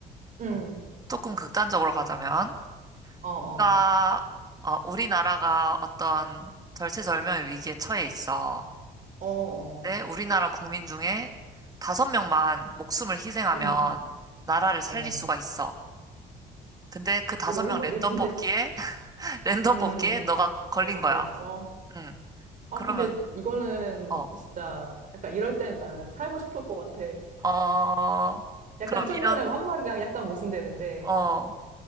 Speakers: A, on the right; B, on the right.
A: 음,
B: 어, 조금 극단적으로 가자면,
A: 어, 어,
B: 나, 어, 우리나라가 어떤 절체절명의 위기에 처해 있어.
A: 어, 어,
B: 근데 우리나라 국민 중에 다섯 명만 목숨을 희생하면
A: 음,
B: 나라를 살릴
A: 어.
B: 수가 있어. 근데 그 다섯
A: 너무
B: 명
A: <laughs>
B: 랜덤
A: 어려운데?
B: 뽑기에, <laughs> 랜덤
A: 음,
B: 뽑기에 너가 걸린
A: 내가
B: 거야.
A: 걸렸어.
B: 응.
A: 아,
B: 그러면,
A: 근데 이거는
B: 어,
A: 진짜 약간 이럴 땐 나는 살고 싶을 것 같아.
B: 어,
A: 약간
B: 그럼
A: 좀
B: 이런,
A: 전에 한 말이랑 약간 모순되는데,
B: 어,